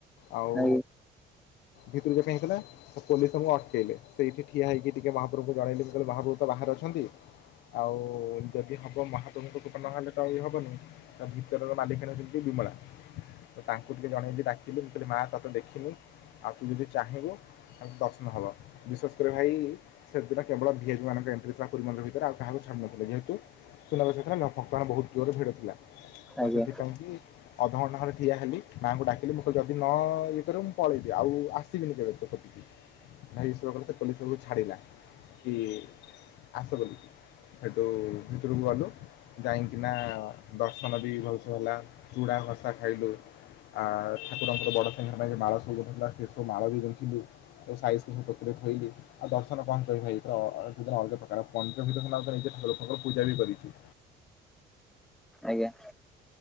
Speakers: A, on the left; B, in the centre.
A: ଆଉ
B: ଆଜ୍ଞା
A: ଭିତରୁକୁ ଏଥିପାଇଁ ଥିଲା। ପୋଲିସ ଆମୁକୁ ଅଟକେଇଲେ। ସେଇଠି ଠିଆ ହେଇକି ଟିକେ ମହାପ୍ରଭୁଙ୍କୁ ଜଣେଇଲେ ଯେତବେଳେ ମହାପ୍ରଭୁ ତ ବାହାରେ ଅଛନ୍ତି। ଆଉ ଯଦି ହବ ମହା ତୁମୁକୁ ଟୁକନ୍ ନ ହେଲେ ତ ଇଏ ହବନି ତା ଭିତର ର ମାଲିକାଣୀ ହଉଚନ୍ତି ବିମଳା। ତାଙ୍କୁ ଟିକେ ଜଣେଇଲି ଡାକିଲି ମୁଁ କହିଲି ମା ତତେ ଦେଖିନି ଆଉ ତୁ ଯଦି ଚାହିଁବୁ ତାହେଲେ ଦର୍ଶନ ହବ। ବିଶେଷ କରି ଭାଇ ସେଦିନ କେବଳ ଭି ଆଇ ପି ମାନଙ୍କ ଏଣ୍ଟ୍ରି ଥିଲା ପୁରୀ ମନ୍ଦିର ଭିତରେ, ଆଉ କହାକୁ ଛାଡ଼ୁନଥିଲେ ଯେହେତୁ ସୁନାବେଶ ହେଇଥିଲା <unintelligible> ବହୁତ ଜୋରରେ ଭିଡ଼ ଥିଲା, ତ
B: ଆଜ୍ଞା
A: ସେଥିପାଇଁକି
B: ଆଜ୍ଞା
A: ଅଧଘଣ୍ଟା ଘଣ୍ଟେ ଠିଆ ହେଲି ମାଆଙ୍କୁ ଡାକିଲି, ମୁକଇଲି ଯଦି ନ ଇଏ କରିବୁ, ମୁଁ ପଳେଇବି ଆଉ ଆସିବିନି କେବେ ତୋ କତିକି? ଭାଇ ଇଶର <unintelligible> ଛାଡିଲା। କି-ଇ ଆସ ବୋଲି। ହେଠୁ ଭିତୁରୁକୁ ଗଲୁ। ଯାଇକିନା ଦର୍ଶନ ବି ଭଲ୍ ସେ ହେଲା। ଚୁଡ଼ା ଘସା ଖାଇଲୁ। ଆ ଠାକୁରଙ୍କର ବଡ଼ ସିଙ୍ଗାର ପାଇଁ ମାଳ ସବୁ ଗୁନ୍ଥୁଲା ସେ ସବୁ ମାଳ ବି ଗୁନ୍ଥିଲୁ। ତାକୁ ସାଇଜ୍ କିନି ପତ୍ରରେ ଥୋଇଲି। ଆଉ ଦର୍ଶନ କଣ କହିବ ଭାଇ! ପୁରା ଅଲଗା ଅଲଗା ପ୍ରକାର ପଞ୍ଚ <unintelligible> ନିଜେ ଲୋକଙ୍କର ପୂଜା ବି କରିଛୁ।
B: ଆଜ୍ଞା।